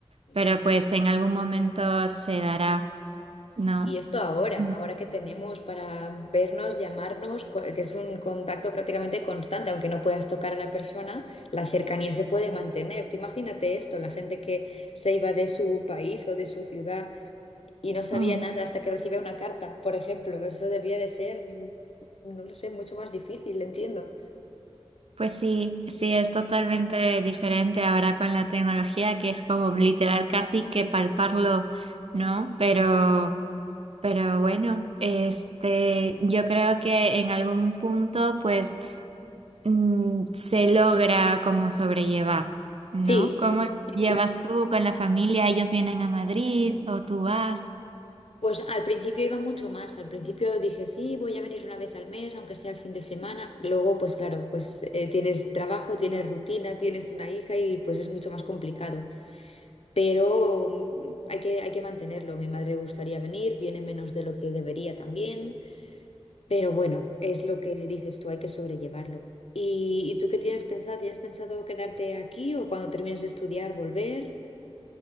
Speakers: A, on the left (about 70°); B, on the right (about 65°).
A: <laughs>
B: pero pues en algún momento se dará, ¿no?
A: Y esto ahora,
B: Mm.
A: ahora que tenemos para vernos, llamarnos, co- que es un contacto prácticamente constante, aunque no puedas tocar a la persona, la cercanía se puede mantener. Tú imagínate esto, la gente que se iba de su país o de su ciudad y no sabía
B: Mm.
A: nada hasta que recibía una carta, por ejemplo. Eso debía de ser, mm, no lo sé, mucho más difícil, entiendo.
B: Pues sí, sí, es totalmente diferente ahora con la tecnología que es como literal casi que palparlo, ¿no? Pero Pero bueno, este, yo creo que en algún punto, pues, mm, se logra como sobrellevar, ¿no?
A: Sí,
B: ¿Cómo lo
A: sí,
B: llevas
A: sí.
B: tú con la familia? ¿Ellos vienen a Madrid o tú vas?
A: Pues al principio iba mucho más, al principio dije, sí, voy a venir una vez al mes, aunque sea el fin de semana. Luego, pues claro, pues eh, tienes trabajo, tienes rutina, tienes una hija y pues es mucho más complicado. Pero mm, hay que, hay que mantenerlo. Mi madre le gustaría venir, viene menos de lo que debería también, pero bueno, es lo que dices tú, hay que sobrellevarlo. ¿Y, y tú qué tienes pensado? ¿Tienes pensado quedarte aquí o cuando termines de estudiar volver?